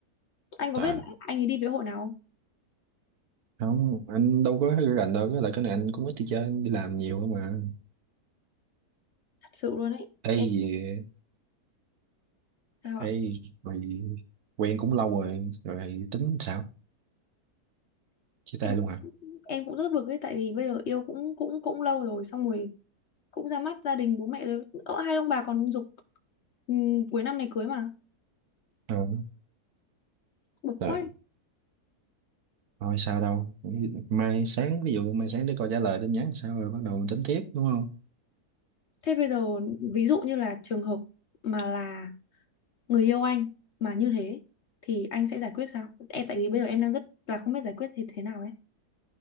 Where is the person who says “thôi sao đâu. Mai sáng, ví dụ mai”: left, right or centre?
Right